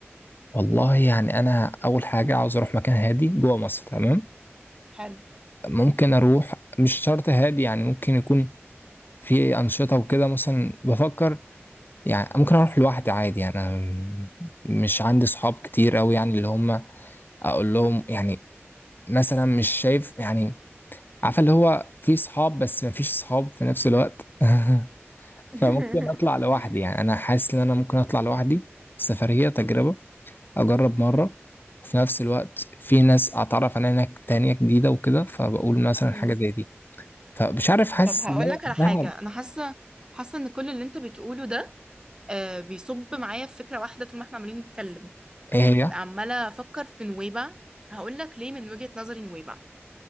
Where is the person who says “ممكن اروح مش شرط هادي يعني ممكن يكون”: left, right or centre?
Left